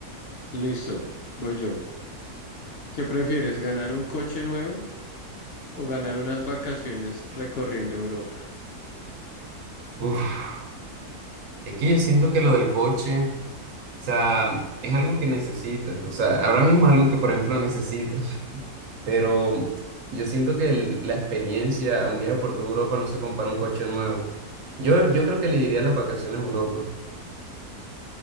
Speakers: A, on the left; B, on the right.
A: listo, voy yo. ¿Qué prefieres, ganar un coche nuevo o ganar unas vacaciones recorriendo Europa?
B: <laughs> Uf, es que yo siento que lo del coche, o sea, es algo que necesitas. O sea, ahora mismo es algo que, por ejemplo, necesito. pero yo siento que el- la experiencia a un viaje por toda Europa no se compara a un coche nuevo. Yo, yo creo que le diría las vacaciones a Europa.